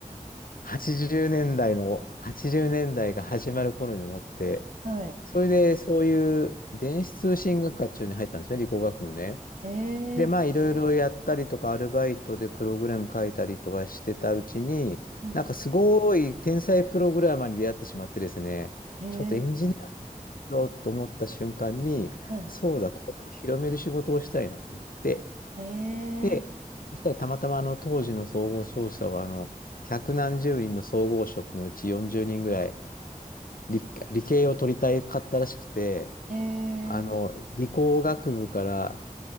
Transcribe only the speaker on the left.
80年代の、80年代が始まる頃に思って、
それでそういう電子通信学科中に入ったんですね、理工学部ね。
で、
まあいろいろやったりとか、アルバイトでプログラム書いたりとかしてたうちに、
なんかすごい天才プログラマーに出会ってしまってですね、
ちょっとエンジニアだと思った瞬間に、
そうだ、これを広める仕事をしたいなと思って、
で、そしたらたまたまあの当時の総合商社はあの百何十人の総合職のうち40人ぐらい理、理系を取りたいかったらしくて、
あの理工学部から